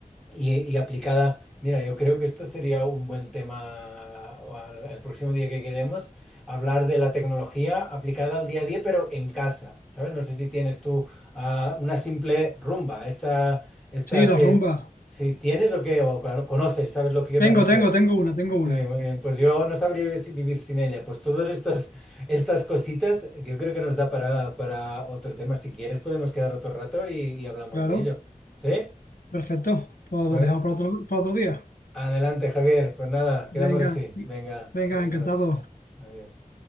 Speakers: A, in the centre; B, on the left.
A: y, y aplicada, mira, yo creo que esto sería un buen tema o al- el próximo día que quedemos, hablar de la tecnología aplicada al día a día, pero en casa, ¿sabes? No sé si tienes tú ah, una simple rumba, esta, esta
B: Sí, la
A: que
B: rumba.
A: si tienes o qué, o claro, conoces, ¿sabes lo que
B: Tengo,
A: me refiero?
B: tengo, tengo una, tengo
A: Sí,
B: una.
A: muy bien, pues yo no sabría si- vivir sin ella. Pues todas estas, estas cositas, yo creo que nos da para, para otro tema. Si quieres, podemos quedar otro rato y, y hablamos
B: Claro,
A: de ello. ¿Sí?
B: perfecto. Pues
A: Pues
B: lo dejamos para otro, para otro día.
A: Adelante, Javier. Pues nada, quedamos
B: Venga,
A: así. Venga,
B: venga,
A: adiós.
B: encantado.
A: Adiós.